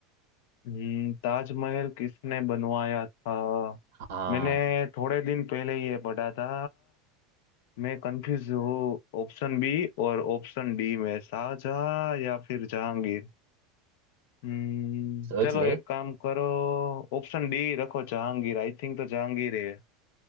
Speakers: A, on the left (about 55°); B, on the right (about 65°).
A: हम्म, ताजमहल किसने बनवाया था
B: हाँ
A: मैंने थोड़े दिन पहले ये पढ़ा था मैं कंफ्यूज हूँ ऑप्शन बी और ऑप्शन डी में शाहजहां या फिर जहांगीर हम्म,
B: सोच
A: चलो
B: ले
A: एक काम करो ऑप्शन डी रखो जहांगीर आई थिंक तो जहांगीर है